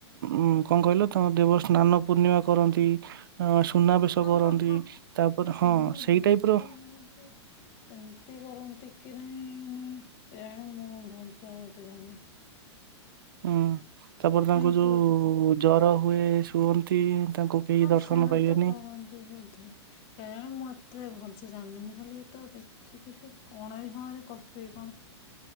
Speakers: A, on the right; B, on the left.
A: ଉ କଁ କହିଲ ତାଙ୍କ ଦେବ ସ୍ନାନ ପୂର୍ଣ୍ଣିମା କରନ୍ତି। ଅଁ ସୁନାବେଶ
B: ହଁ
A: କରନ୍ତି
B: ହଁ ହଁ
A: ତାପରେ
B: ସୁନା
A: ହଁ ସେଇ
B: ବେଶ
A: ଟାଇପର
B: ହୁଅନ୍ତି। ସେମିତି କରନ୍ତିକି ନାହିଁ ମାନେ କେଜାଣି ମୁଁ ଭଲସେ ଆଉ ଏତେ ଜାଣିନି।
A: ହୁଁ ତାପରେ ତାଙ୍କୁ
B: ହେଇଥିବ
A: ଯୋଉ
B: ବୋଧେ
A: ଜ୍ୱର ହୁଏ ଶୁଅନ୍ତି ତାଙ୍କୁ କେହି
B: ହଁ
A: ଦର୍ଶନ
B: ସେରାତ
A: ପାଇବେନି।
B: କରନ୍ତି ବୋଧେ। କେଜାଣୀ ମୁଁ ଏତେ ଭଲସେ ଜାଣିନି ମୁଁ ଖାଲି ଏତ ଦେଖିଥିଲି କଣ ହଁ କରୁଥିବେ କଣ।